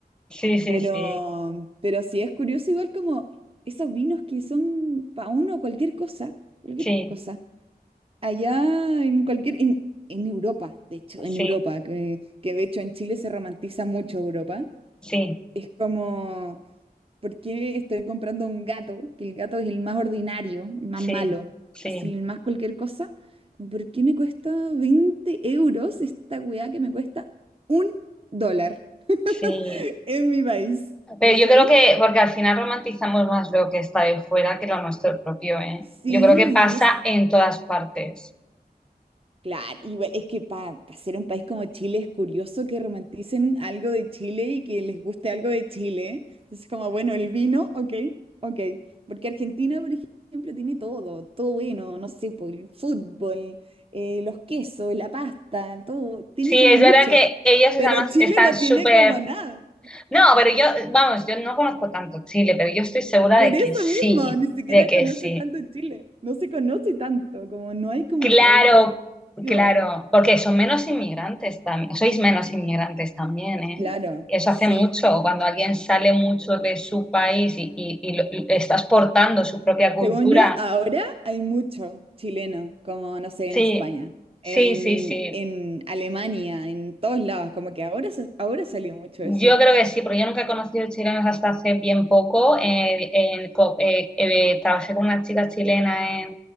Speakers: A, in the centre; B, on the right.
A: sí, sí,
B: Pero, pero sí es curioso igual como esos vinos que son para uno cualquier cosa, cualquier
A: sí,
B: cosa. Allá en cualquier, en, en Europa, de hecho, en
A: sí,
B: Europa, que, que de hecho en Chile se romantiza mucho Europa.
A: sí, sí,
B: Es como, ¿por qué estoy comprando un gato? Que el gato es el más ordinario, el más
A: sí,
B: malo,
A: sí.
B: así, el más cualquier cosa. como, ¿Por qué me cuesta 20 euros esta weá que me cuesta un dólar
A: sí.
B: <laughs> en mi país?
A: Pero
B: ¿Cachai?
A: yo creo que, porque al final romantizamos más lo que está de fuera que lo nuestro propio, ¿eh?
B: Sí,
A: Yo creo que pasa
B: y es
A: en todas partes.
B: claro, igual es que para ser un país como Chile es curioso que romanticen algo de Chile y que les guste algo de Chile. Entonces, como bueno, el vino, ok, ok. Porque Argentina, por ejemplo, tiene todo, todo bueno, no sé, por el fútbol, eh, los quesos, la pasta, todo, tiene
A: Sí,
B: como
A: es
B: mucho.
A: verdad que ellos además
B: Pero Chile
A: están
B: no
A: súper...
B: tiene como nada.
A: No, pero yo, vamos, yo no conozco tanto Chile, pero yo estoy segura
B: Por
A: de
B: eso
A: que sí,
B: mismo, ni siquiera
A: de que
B: conoce
A: sí.
B: tanto Chile. No se conoce tanto, como no hay como
A: Claro,
B: algo. vivo.
A: claro, porque son menos inmigrantes también, sois menos inmigrantes también, ¿eh?
B: Claro,
A: Eso
B: sí.
A: hace mucho, cuando alguien sale mucho de su país y, y- y lo- y está exportando su propia cultura.
B: Según yo, ahora hay mucho chileno, como no sé,
A: Sí,
B: en España, en,
A: Sí, sí, sí.
B: en Alemania, en todos lados, como que ahora, se- ahora salió mucho
A: Yo
B: eso.
A: creo que sí, porque yo nunca he conocido chilenos hasta hace bien poco. Eh, en co- eh, eh, trabajé con una chica chilena en,